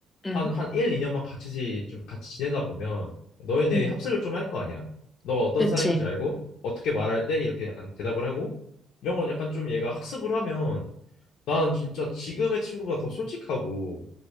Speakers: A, on the left; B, on the left.
A: 응,
B: 한, 한 1, 2년만 같이 지- 좀 같이 지내다 보면 너에 대해
A: 응,
B: 합습을 좀 할 거 아니야. 너가 어떤
A: 그치.
B: 사람인지 알고 어떻게 말할 때 이렇게 약간 대답을 하고 이런 건 약간 좀 얘가 학습을 하면 난 진짜 지금의 친구보다 더 솔직하고